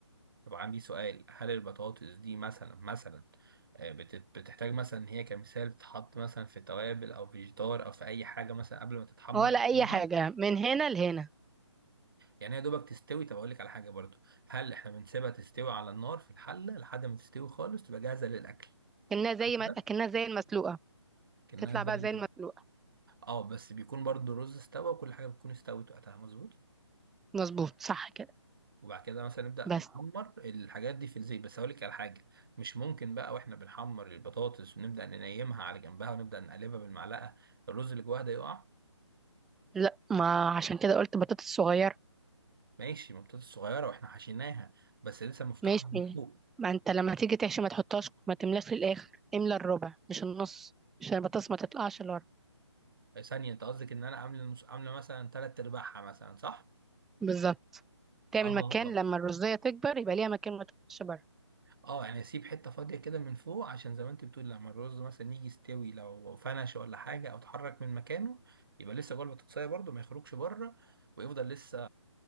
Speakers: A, on the right (about 45°); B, in the centre.
A: طب عندي سؤال هل البطاطس دي مثلا مثلا آه، بت- بتحتاج مثلا ان هي كمثال تتحط مثلا في توابل او في جدار او في اي حاجه مثلا قبل ما تتحمر
B: ولا
A: على
B: اي
A: النار
B: حاجه من هنا لهنا
A: يعني هي دوبك تستوي طب اقول لك على حاجه برضو هل احنا بنسيبها تستوي على النار في الحله لحد ما تستوي خالص تبقى جاهزه للاكل
B: كأنها زي
A: صح كده
B: ما كأنها زي المسلوقه
A: كانها
B: تطلع
A: زي
B: بقى زي المسلوقه
A: اه بس بيكون برضو الرز استوى وكل حاجه بتكون استوت وقتها مظبوط
B: مظبوط صح كده
A: وبعد كده مثلا نبدأ
B: بس
A: نحمر الحاجات دي في الزيت بس هقول لك على حاجة مش ممكن بقى واحنا بنحمر البطاطس ونبدأ ننيمها على جنبها ونبدأ نقلبها بالمعلقة الرز اللي جواها ده يقع
B: لا ما عشان كده قلت بطاطس صغيره
A: ماشي ما البطاطس صغيرة واحنا حشيناها بس لسه مفتوحة
B: ماشي
A: من فوق
B: ما انت لما تيجي تحشي ما تحطهاش ما تملاش للاخر املى الربع مش النص عشان البطاطس ما تطلعش لورا
A: ثانية انت قصدك ان انا عامل نص عاملة مثلا تلات ارباعها مثلا صح؟
B: بالظبط تعمل
A: اه
B: مكان
A: آه.
B: لما الرزية تكبر يبقى ليها مكان ما تكونش بره
A: اه يعني اسيب حته فاضيه كده من فوق عشان زي ما انت بتقول لما الرز مثلا يجي يستوي لو فنش ولا حاجه او اتحرك من مكانه يبقى لسه جوه البطاطسايه برده ما يخرجش بره ويفضل لسه